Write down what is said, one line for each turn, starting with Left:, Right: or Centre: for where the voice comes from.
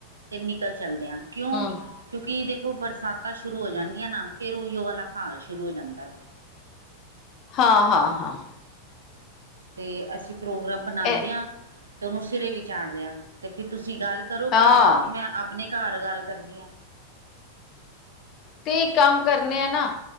Right: 'ਤੇ ਨਿਕਲ ਚਲਦੇ ਆਂ। ਕੇਓਂ,
Left: ਹਮ
Right: ਕਿਉਂਕਿ ਦੇਖੋ ਬਰਸਾਤਾਂ ਸ਼ੁਰੂ ਹੋ ਜਾਨਗੀਆਂ ਨਾ ਫੇਰ ਓਈਓ ਵਾਲਾ ਹਾਲ ਸ਼ੁਰੂ ਹੋ ਜਾਂਦਾ ਵੇ।
Left: ਹਾ, ਹਾਂ, ਹਾਂ।
Right: ਤੇ, ਅਸੀਂ ਪ੍ਰੋਗਰਾਮ ਬਨਾਂਦੇ
Left: ਇਹ
Right: ਆ 'ਤੇ ਓਨੂੰ ਸਿਰੇ ਵੀ ਚਾੜਦੇ ਆਂ। 'ਤੇ ਫਿਰ ਤੁਸੀਂ ਗੱਲ ਕਰੋ
Left: ਹਾਂ
Right: ਘਾਰ, ਮੈਂ ਆਪਨੇ ਘਾਰ ਗਾੱਲ ਕਰਦੀ ਆ।
Left: ਤੇ ਇੱਕ ਕੰਮ ਕਰਨੇ ਆ ਨਾ,